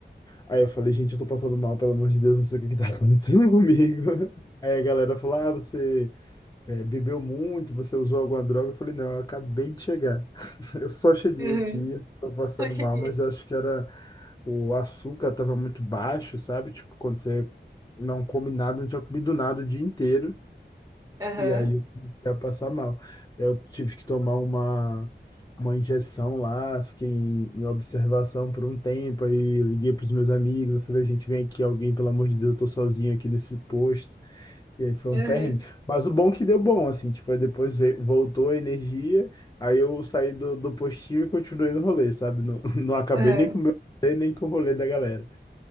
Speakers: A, on the left; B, on the right.
A: Aí eu falei, gente, eu tô passando mal, pelo amor de Deus, não sei o que que tá acontecendo comigo. <laughs> Aí a galera falou, ah, você é, bebeu muito, você usou alguma droga? Eu falei, não, eu acabei de chegar. <laughs> Eu só cheguei
B: Aham.
A: aqui, tô passando
B: <laughs> Eu cheguei.
A: mal, mas eu acho que era o açúcar tava muito baixo, sabe? Tipo, quando você não come nada, não tinha comido nada o dia inteiro,
B: Aham.
A: e aí eu comecei a passar mal. Eu tive que tomar uma, uma injeção lá, fiquei em, em observação por um tempo, aí liguei pros meus amigos, eu falei, gente, vem aqui alguém, pelo amor de Deus, eu tô sozinho aqui nesse posto. E aí foi um
B: Aham.
A: perrengue. Mas o bom é que deu bom, assim, tipo, aí depois veio- voltou a energia, aí eu saí do, do postinho e continuei no rolê, sabe? Não, <laughs> não acabei
B: Aham.
A: nem com o meu rolê, nem com o rolê da galera.